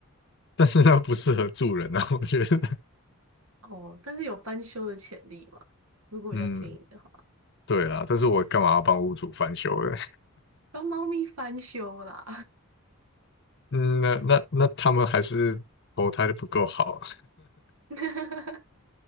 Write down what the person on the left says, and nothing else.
但是它不适合住人啊，<laughs> 我觉得。
嗯，对啦，但是我干嘛要帮屋主翻修嘞？
<laughs> 嗯，那那那他们还是投胎的不够好，